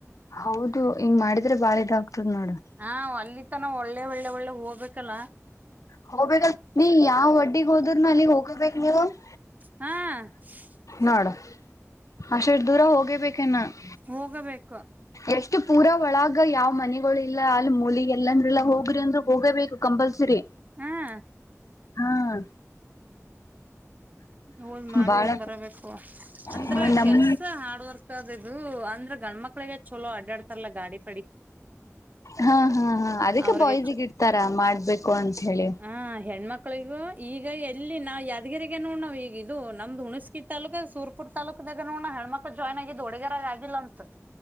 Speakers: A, on the left; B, on the right.
A: ಹೌದು ಹಿಂಗ ಮಾಡಿದ್ರೆ ಬಾಳ ಇದಾಗ್ತದ ನೋಡ. <inaudible>
B: ಹಾ ಅವ ಅಲ್ಲಿ ತನ ಒಳ್ಳೆ ಒಳ್ಳೆ ಒಳ್ಳೆ ಹೋಗಬೇಕಲ್ಲ. <inaudible>
A: ಹೋಗಬೇಕಂತ ನೀ ಯಾವ್ ಒಡ್ಡಿಗ್ ಹೋದ್ರೂನು ಅಲ್ಲಿಗ್ ಹೋಗಬೇಕ್ ನೀವು? <inaudible>
B: ಹಾ <inaudible>
A: ನೋಡು ಅಷ್ಟಷ್ಟ ದೂರ ಹೋಗೇ ಬೇಕೇನ್ ನಾ? <inaudible>
B: ಹೋಗಬೇಕ. <inaudible>
A: ಎಷ್ಟು ಪೂರಾ ಒಳಗ ಯಾವ್ ಮನೆಗಳು ಇಲ್ಲ ಅಲ್ಲಿ ಮೂಲಿಗೆ ಎಲ್ಲಂದ್ರೆಲ್ಲಾ ಹೋಗ್ರಿ ಅಂದ್ರರು ಹೋಗೇಬೇಕು. <inaudible> ಕಂಪಲ್ಸರಿ
B: ಹಾ
A: ಹಾ <inaudible>
B: ಹೋದ್ ಮಾಡ್ಕೊಂಡ್
A: ಬಾಳ
B: ಬರಬೇಕು ಅಷ್ಟೇ ಅಂದರೆ
A: ಹ ನಮ್
B: ಕೆಲಸಾ ಹಾರ್ಡ್ವರ್ಕ್. <inaudible> ತಂದ ಇದು ಅಂದ್ರ ಗಂಡ ಮಕ್ಳಿಗೆ ಚಲೋ ಅಡ್ಡಾಡ್ತಾರಲ್ಲಾ ಗಾಡಿ <inaudible>
A: ಹಾ ಹಾ ಹಾ ಅದಕ್ಕೆ
B: ಅವ್ರಿಗೆ
A: ಬಾಯ್ಸಗೆ
B: ಚ
A: ಇಡ್ತಾರ ಮಾಡಬೇಕು ಅಂತ ಹೇಳಿ. <inaudible>
B: ಹ ಹೆಣ್ಮಕ್ಳಿಗೂ ಈಗ ಎಲ್ಲಿ ನಾವು ಯಾದಗಿರಿಗ ನೋಡ ನಾವ <inaudible> ಈಗ ಇದು ನಮ್ದು ಹುಣಸಕಿ ತಾಲೂಕು ಸೂರ್ಪುರ್ ತಾಲೂಕದಾಗ ನೋಡ ನಾನ್ ಹೆಣ್ಣ ಮಕ್ಕಳ ಜಾಯ್ನ್ ಆಗಿದ್ದು ಹುಡುಗಿಯರಗ ಆಗಿಲ್ಲ ಅಂತ. <inaudible>